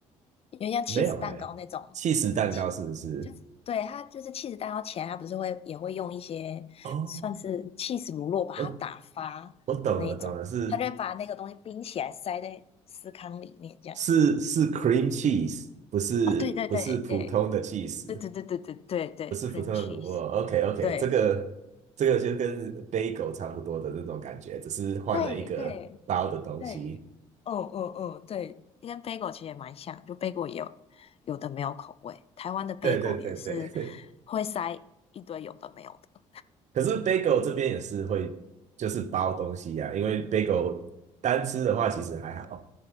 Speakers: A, on the left (about 45°); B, on the right (about 55°).
A: 有点像
B: 没有哎、
A: cheese 蛋糕那种，che-
B: 起司蛋糕是不是？
A: 就是对它就是 cheese 蛋糕前，它不是会也会用一些算是
B: 哦，
A: cheese 乳酪把它打发的那一种，
B: 我我懂了，懂了，是
A: 它就会把那个东西冰起来塞在司康里面这样。
B: 是是 cream cheese，不是不是普通的
A: 哦，对对对对
B: cheese，
A: 对对对对对对对，cream
B: 不是普通的乳酪。
A: cheese，
B: OK OK，
A: 对。
B: 这个这个就跟 bagel 差不多的那种感觉，只是换了一个包的东西。
A: 对对对，嗯嗯嗯，对，跟 bagel 其实也蛮像，就 bagel 也有有的没有口味，台湾的 bagel
B: 对对对对。
A: 也是会塞一堆有的没有的，
B: <laughs> 可是 bagel 这边也是会就是包东西呀、因为 bagel 单吃的话其实还好，